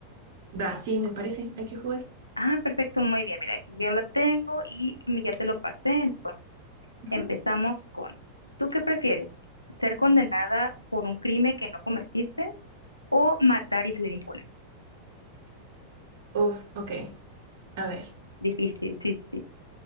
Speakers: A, on the right; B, on the left.
A: Va, sí, me parece. Hay que jugar.
B: Ah, perfecto, muy bien. Mira, aquí yo lo tengo y mi- ya te lo pasé. Entonces,
A: Ujú.
B: empezamos con, ¿tú qué prefieres? ¿Ser condenada por un crimen que no cometiste o matar y salir impune?
A: Uf, ok. A ver.
B: Difícil, sí, sí.